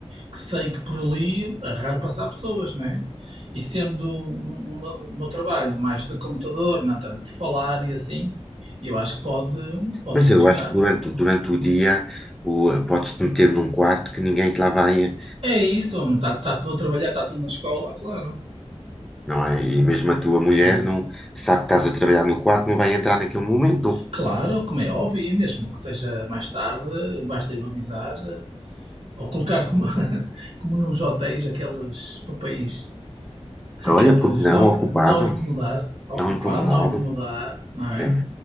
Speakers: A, on the right; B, in the centre.
A: que sei que por ali é raro passar pessoas, não é? E sendo um, uma- o meu trabalho mais de computador, não tanto de falar e assim, eu acho que pode, pode
B: Mas
A: funcionar.
B: eu acho que durante, o- durante o dia o, podes-te meter num quarto que ninguém te lá vai, eh,
A: É isso, não está, está tudo a trabalhar, está tudo na escola, claro.
B: não é? E mesmo a tua mulher
A: não é?
B: não sabe que estás a trabalhar no quarto, não vai entrar naquele momento.
A: Claro, como é óbvio, e mesmo que seja mais tarde, basta eu avisar, Ou colocar como, <laughs> como nos hotéis aqueles papéis, aqueles
B: Olha, porque não,
A: não, inc-
B: ocupado,
A: não incomodar, ocupado,
B: não incomodado.
A: não incomodar, não é?
B: É,